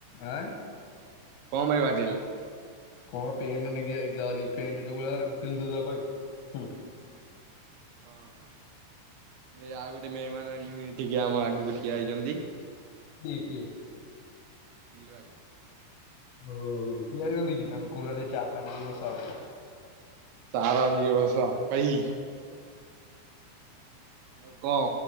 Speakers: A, on the left (about 80°); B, on the right (about 80°).
A: ଆଁ।
B: କଣ ପାଇଁ ବାଡେଇଲେ?
A: କଣ ପେଣ୍ଟେ ନେଇକି ଯାଇଥିଲା ବୋଲି ପେଣ୍ଟ ଯୋଉ <unintelligible>
B: ହଁ। ଏଇ ଆଉ ଗୋଟେ ମେହେମାନ ଆଣିଲିନି ଏଟିକି ଆମ ଆଗକୁ ଠିଆ ହେଇଛନ୍ତି।
A: କିଏ କିଏ।
B: ପିଲୁଆ ଭାଇ।
A: ହଉ ହଉ ଠିଆ ହେଇ ଛନ୍ତିକି ତାଙ୍କୁ କହୁନାହାନ୍ତି ଚାହା ପାହା ଟିକେ <unintelligible>
B: ଚା ଫା ଟିକିଏ ବସାଅ ଭାଇ। ଆଉ କଣ